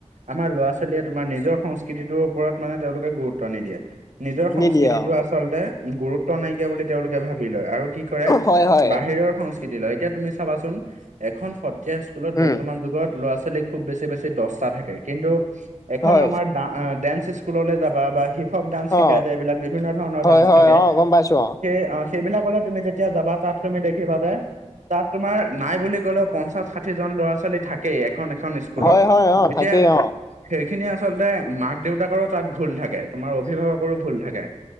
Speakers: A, on the right; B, on the left.
A: আমাৰ ল'ৰা ছোৱালীয়ে তোমাৰ নিজৰ সংস্কৃতিটোৰ ওপৰত মানে তেওঁলোকে গুৰুত্ব নিদিয়ে। নিজৰ সংস্কৃতিটো
B: নিদিয়ে অ
A: আচলতে গুৰুত্ব নাইকিয়া বুলি তেওঁলোকে ভাবি লয়, আৰু কি? কৰে
B: হয় হয়
A: বাহিৰৰ সংস্কৃতি লয়, এতিয়া তুমি চাবাচোন এখন স এতিয়া স্কুলত
B: উম
A: বৰ্তমান যুগত ল'ৰা ছোৱালী খুব বেছি বেছি দচটা থাকে, কিন্তু এখন
B: হয়
A: আমাৰ। ড ডে্স স্কুললৈ যাবা বা। সৱ ডান্স শিকা
B: অ
A: যায় এইবিলাক বিভিন্ন ধৰণৰ
B: হয়
A: ডান্স
B: হয়
A: থাকে
B: অ গম পাইছো
A: সেই অ সেইবিলাকলে। তুমি যেতিয়া যাবা তাত তুমি দেখিবা যে তাত তোমাৰ নাই বুলি ক'লেও। পঞ্চাশ ষাঠি জন ল'ৰা ছোৱালী থাকেই এখন এখন স্কুলত,
B: হয় হয় অ
A: এতিয়া।
B: থাকেই অ
A: সেইখিনি আচলতে মাক দেউতাকৰো তাত ভুল থাকে তোমাৰ অভিভাৱক। কৰো ভুল থাকে